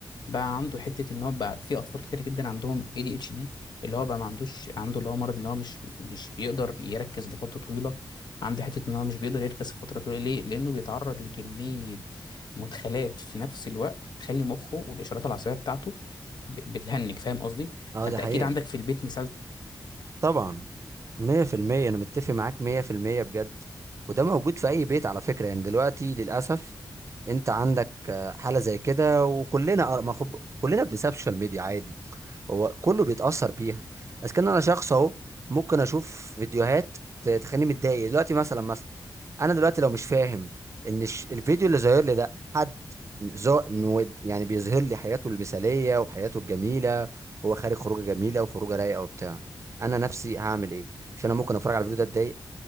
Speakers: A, on the left (about 65°); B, on the right (about 40°).
A: بقى عنده حته ان هو بقى في اطفال كتير جدا عندهم اي دي اتش دي اللي هو بقى ما عندوش عنده اللي هو مرض اللي هو مش مش بيقدر يركز لفتره طويله عنده حته ان هو مش بيقدر يركز لفتره طويله ليه لانه بيتعرض لكميه مدخلات في نفس الوقت تخلي مخه والاشارات العصبيه بتاعته ب- بتهنج فاهم قصدي
B: اه
A: فانت
B: دي حقيقه
A: اكيد عندك في البيت مثال
B: طبعا مية في المية أنا متفق معاك مية في المية بجد وده موجود في أي بيت على فكرة يعني دلوقتي للأسف أنت عندك آه، حالة زي كده وكلنا آه، ما خب... كلنا بنساب السوشيال ميديا عادي هو كله بيتأثر بيها بس كان انا شخص اهو ممكن اشوف فيديوهات ت- تخليني متضايق دلوقتي مثلا مثلا انا دلوقتي لو مش فاهم ان الش- الفيديو اللي ظاهر لي ده حد زو مود يعني بيظهر لي حياته المثالية وحياته الجميلة هو خارج خروجة جميلة وخروجة رايقة وبتاع انا نفسي هعمل ايه عشان انا ممكن اتفرج على الفيديو ده اتضايق